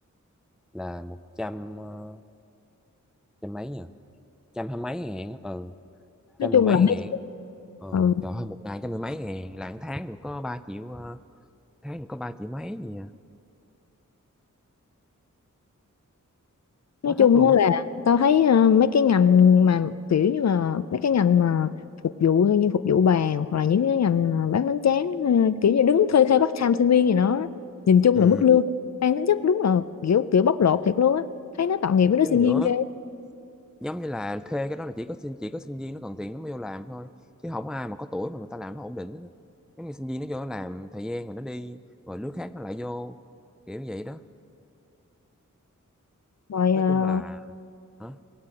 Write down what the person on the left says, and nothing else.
nói
chung
là mấy
ừ.
nói
chung
á là
tao thấy ờ, mấy cái ngành mà kiểu như là mấy cái ngành mà phục vụ như phục vụ bàn hoặc là những cái ngành mà bán bánh tráng ờ, kiểu như đứng thuê thuê part time sinh viên gì đó nhìn chung
là mức lương mang tính chất đúng là kiểu kiểu bóc lột thiệt luôn á thấy nó tội nghiệp với đứa
sinh
viên ghê
rồi
ờ,